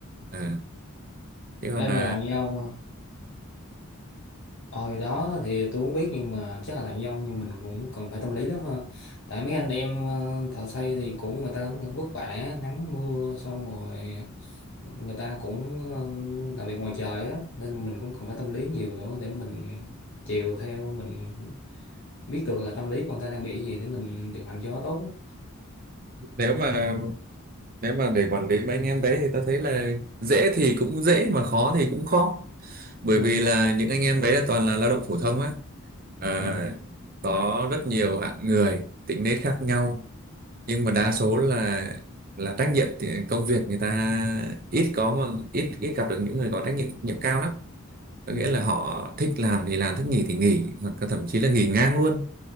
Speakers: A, on the right; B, on the left.
A: à, thế còn
B: em
A: là
B: mà làm như ông à? Ôi đó thì tôi cũng biết nhưng mà chắc là làm nhân nhưng mình cũng cần phải tâm lý lắm ha. Tại mấy anh em ờ, thợ xây thì cũng người ta cũng vất vả nắng mưa xong rồi người ta cũng ờ, làm việc ngoài trời á nên mình cũng cần phải tâm lý nhiều nữa để mình chiều theo mình biết được là tâm lý của người ta đang bị gì để mình điều hành cho nó tốt.
A: nếu mà nếu mà để quản lý mấy anh em đấy thì tôi thấy là dễ thì cũng dễ mà khó thì cũng khó bởi
B: Ừ.
A: vì là những anh em đấy là toàn là lao động phổ thông á à,
B: Ừ.
A: có rất nhiều hạng người tính nết khác nhau nhưng mà đa số là là trách nhiệm thì công việc người ta ít có mà ít ít gặp được những người có trách nhiệm nhiệm cao lắm có
B: Ừ.
A: nghĩa là họ thích làm thì làm thích nghỉ thì nghỉ hoặc là thậm chí là nghỉ ngang luôn